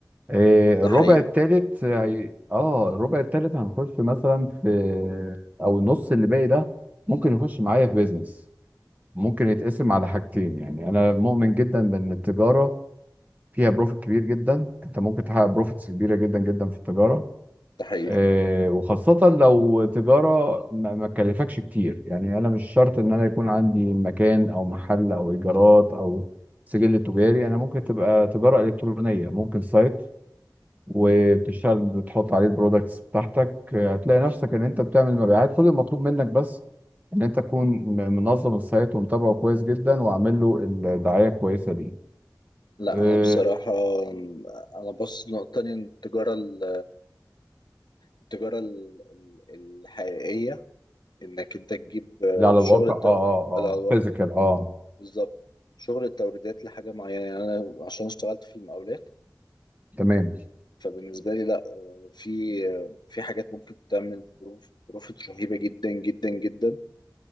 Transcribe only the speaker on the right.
إيه،
الربع
التالت هي- اه الربع التالت هنخش مثلا في او النص اللي باقي ده ممكن يخش معايا في بيزنس ممكن يتقسم على حاجتين يعني انا مؤمن جدا بان التجاره فيها بروفيت كبير جدا انت ممكن تحقق بروفيتس كبيره جدا جدا في التجاره
إيه، وخاصه لو تجاره ما ما تكلفكش كتير يعني انا مش شرط ان انا يكون عندي مكان او محل او ايجارات او سجل تجاري انا ممكن تبقى تجاره الكترونيه ممكن سايت وبتشتغل بتحط عليه البرودكتس بتاعتك هتلاقي نفسك ان انت بتعمل مبيعات كل المطلوب منك بس ان انت تكون م- منظم السايت ومتابعه كويس جدا وعامل له الدعايه كويسه دي
إيه،
اللي على
الواقع
اه اه
اه فيزيكال
اه
تمام